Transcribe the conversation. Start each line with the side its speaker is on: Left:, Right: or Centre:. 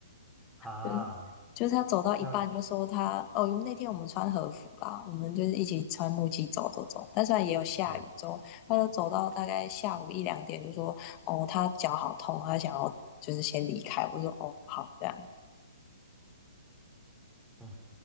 Centre: 啊，
Left: 就是就是他走到一半就说他哦，
Centre: 这样，
Left: 那天我们穿和服啦，我们就是一起穿木屐走走走，但虽然也有下雨，
Centre: 嗯
Left: 之后他就走到大概下午一两点就说哦，他脚好痛，他想要就是先离开，我就说哦好这样。
Centre: 嗯，